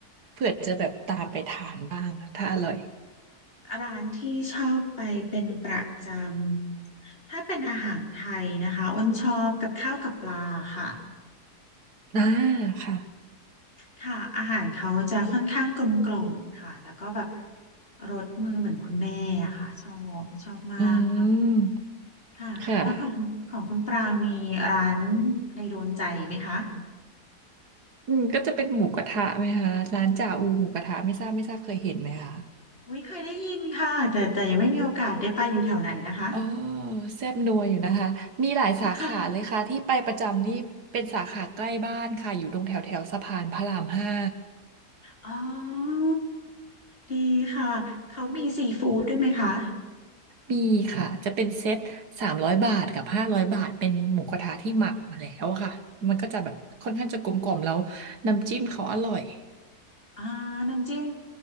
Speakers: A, on the right; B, on the left.
A: เผื่อจะแบบตามไปทานบ้างถ้าอร่อย
B: <laughs> ร้านที่ชอบไปเป็นประจำถ้าเป็นอาหารไทยนะคะอ้นชอบกับข้าวกับปลาค่ะ
A: อ่าค่ะ
B: ค่ะอาหารเขาจะค่อนข้างกลมกล่อมค่ะแล้วก็แบบรสมือเหมือนคุณแม่อะค่ะชอบชอบมากนะ
A: อืม
B: ค่ะแล้วของของคุณปลามีร้าน
A: ค่ะ
B: ในดวงใจไหมคะ
A: อืมก็จะเป็นหมูกระทะไหมคะร้านจ่าอูหมูกระทะไม่ทราบไม่ทราบเคยเห็นไหมคะ
B: อุ้ยเคยได้ยินค่ะแต่แต่ยังไม่มีโอกาสได้ไปอยู่แถวไหนนะคะ
A: อ๋อแซ่บนัวอยู่นะคะมีหลายสาขาเลยค่ะที่ไปประจำนี่เป็นสาขาใกล้บ้านค่ะอยู่ตรงแถวแถวสะพานพระรามห้า
B: <laughs> อ๋อดีค่ะ เขามีซีฟู้ดด้วยไหมคะ
A: มีค่ะจะเป็นเซ็ตสามร้อยบาทกับห้าร้อยบาทเป็นหมูกระทะที่หมักมาแล้วอะค่ะมันก็จะแบบค่อนข้างจะกลมๆแล้วน้ำจิ้มเขาอร่อย
B: อ่าน้ำจิ้ม